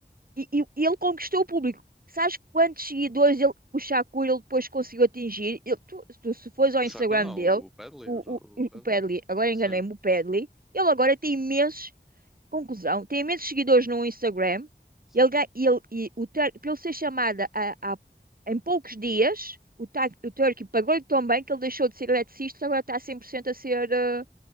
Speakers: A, on the right; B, in the centre.
A: E, e- e ele conquistou o público. Sabes quantos seguidores ele, o Shakur ele depois conseguiu atingir? Ele- tu, tu- se fores ao
B: O Shakur
A: Instagram
B: não,
A: dele,
B: o Padley,
A: o,
B: o, Jo-
A: o,
B: o
A: o
B: Padley.
A: Padley, agora
B: Sim,
A: enganei-me, o Padley, ele agora tem imensos, conclusão, tem imensos seguidores no Instagram.
B: sim.
A: Ele, ga- ele, e o, Tur- para ele ser chamada a, a- em poucos dias, o, Tur- o Turkey pagou-lhe tão bem que ele deixou de ser eletricista, agora está 100% a ser. eh,